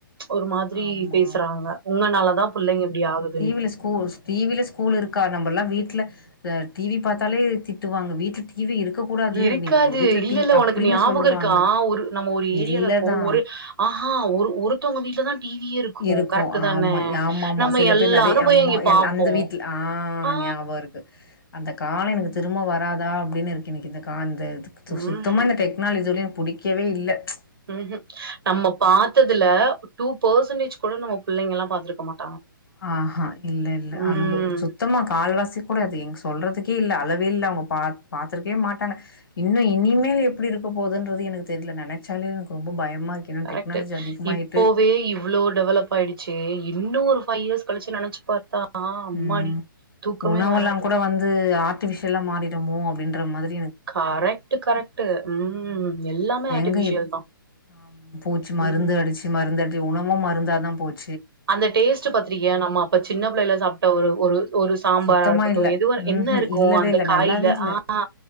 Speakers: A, on the right; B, on the left.
A: ஒரு மாதிரி
B: ஆமா
A: பேசுறாங்க உங்கனால தான் பிள்ளைங்க இப்படி ஆகுது
B: டி வில ஸ்கூ டி வில ஸ்கூல் இருக்கா நம்ம எல்லா வீட்ல டி வி பாத்தாலே திட்டுவாங்க வீட்ல டி வி இருக்கு கூடாது
A: இருக்காது
B: நீங்க உங்க வீட்ல
A: இல்ல இல்ல உனக்கு ஞாபகோ
B: சொல்லுவாங்க
A: இருக்கா ஆ ஒரு நம்ம ஒரு ஏரியால
B: இல்லதா
A: போம்போரு ஒரு ஆ ஆஹ ஒ ஒருத்தவங்க வீட்லதா டிவியே
B: இருக்கு
A: கரெக்ட் தான
B: ஆமா ஆமாமா
A: நம்ம
B: சில
A: எல்லாரு
B: பேர் நெறயா
A: போய்
B: அம்மா
A: அங்க
B: எ
A: பாப்போ
B: அந்த வீட்ல ஆஹ்
A: ஆ
B: ஞாபகோ இருக்கு அந்த கால எனக்கு திரும்ப வராதா அப்டின்னு இருக்கு எனக்கு இந்த கால் அ
A: ம்ஹும்
B: சுத்தமா டெக்னாலஜிலயு புடிக்கவே இல்ல ப்ச்
A: ஹும்ஹும் நம்ம பாத்ததுல டூ பர்சன்டேஜ் கூட நம் புள்ளங்க எல்லா பாத்திருக்க மாட்
B: ஆஹஹா இல்ல இல்ல அனுபவம்
A: ம்
B: சுத்தமா கால்வாசி கூட அது எங்க சொல்றதுக்கே இல்ல அளவு அளவே இல்ல அவுங்க பா பாத்திருக்கவே மாட்டாங்க இன்னு இனிமேல் எப்படி இருக்க போதுன்றது எனக்கு தெரில நெனச்சாலே எனக்கு ரொம்ப பயமா இருக்கு. ஏன்னா
A: கரெக்ட்
B: டெக்னாலஜி அதிகமாயிட்டு
A: இப்போவே இவ்ளவு டெவலப் ஆயிடுச்சு இன்னொரு பைவ் இயர்ஸ் கழிச்சு நெனச்சு பாத்தா அம்மாடி
B: உம்
A: தூக்கமே
B: உணவெல்லாங்
A: வராது
B: கூட வந்து ஆர்டிபிஷியலா மாறிடுமோ அப்டின்ற மாரி
A: கரெக்ட்டு கரெக்ட்டு
B: ம்
A: எல்லாமே ஆர்ட்டிஃபிஷியல்
B: எங்க இப்
A: தா
B: ஆம் பூச்சி மருந்து
A: ம்
B: அடிச்சு மருந்து அடி உணவு மருந்தா தா போச்
A: அந்த டேஸ்ட்டு பாத்திருக்கியா நம்ம அப்ப சின்ன பிள்ளைல சாப்ட்ட ஒரு ஒரு ஒரு சாம்பாரா
B: சுத்தமா
A: இருக்கட்டு
B: இல்ல
A: எதுவா
B: ம்ஹூம்
A: என்ன இருக்கோ
B: இல்லவே
A: அந்த
B: இல்ல
A: காயில
B: நல்லாவே இல்ல
A: ஆ